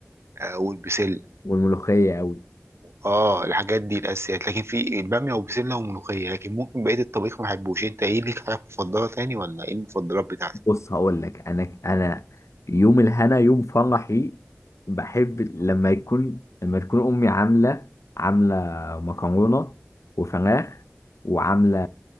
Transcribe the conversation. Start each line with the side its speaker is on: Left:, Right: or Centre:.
Right: آه والبسله
Left: والملوخية قوي
Right: اه الحاجات دي الاساسيات لكن في الباميه وبسله وملوخيه لكن ممكن بقيه الطبيخ ما بحبوش انت ايه ليك حاجه مفضله تاني ولا ايه المفضلات بتاعتك
Left: بص هقول لك انا انا يوم الهنا يوم فرحي بحب لما يكون لما تكون امي عامله عامله مكرونه وفراخ وعامله